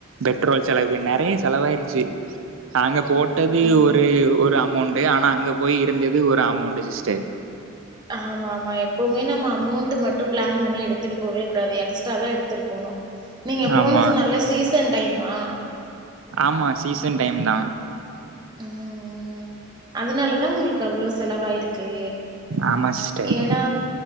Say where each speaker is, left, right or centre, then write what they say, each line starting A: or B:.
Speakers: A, on the right; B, on the right.
A: பெட்ரோல் செலவு
B: ம்
A: நெறையா
B: ம்
A: செலவாயிருச்சி நாங்க போட்டது
B: ம் ம்
A: ஒரு அமௌண்ட் ஆனா அங்க போய் இருந்தது ஒரு அமௌண்டு சிஸ்டர்
B: ஆமா ஆமா எப்பவுமே நம்ம அமௌண்ட் மட்டு பிளான் பண்ணி எடுத்துட்டு போவே கூடாது எக்ஸ்ட்ரா தா எடுத் துட்டு போனு நீங்க போனது
A: ஆமா
B: நல்ல சீசன் டைமா
A: ஆமா சீசன் டைம் தா
B: ம் ம் அதனாலதா உங்களுக்கு அவ்ளோ செலவாயிருக்கு
A: ஆமா சிஸ்டர்
B: ஏன்னா